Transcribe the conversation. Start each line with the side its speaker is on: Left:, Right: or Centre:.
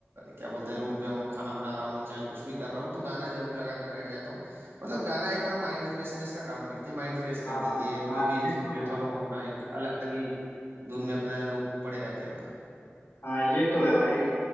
Right: क्या बोलते हैं रूम पे हूँ खाना बना रहा हूँ चाहे कुछ भी कर रहा हूँ तो गाना जरूर लगा के बैठ जाता हूँ मतलब गाना एक ना माइंड फ्रेशनेस का काम करती है माइंड फ्रेश
Left: हाँ
Right: कर देती है
Left: हाँ
Right: कोई भी
Left: ये
Right: सिचुएशन
Left: तो है
Right: हो अपना एक अलग ही धुन में अपना लोग पड़े रहते हैं मतलब
Left: हाँ ये तो है भाई